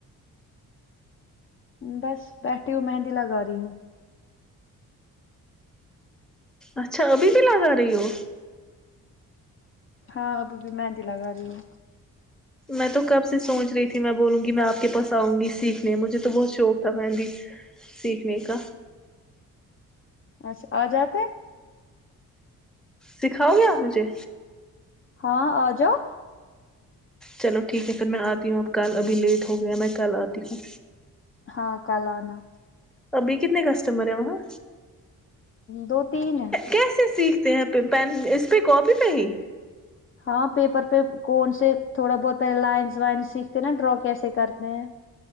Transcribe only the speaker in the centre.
اچھا ابھی بھی لگا رہی ہو
میں تو کب سے سوچ رہی تھی میں بولوں گی میں آپ کے پاس آؤں گی سیکھنے مجھے تو بہت شوق تھا میں بھی سیکھنے کا
سکھاؤ گے آپ مجھے
چلو ٹھیک ہے پھر میں آتی ہوں اب کل ابھی لیٹ ہو گیا میں کل آتی ہوں
ابھی کتنے کسٹمر ہیں وہاں
کیسے سیکھتے ہیں آ پین اس پہ کاپی پہ ہی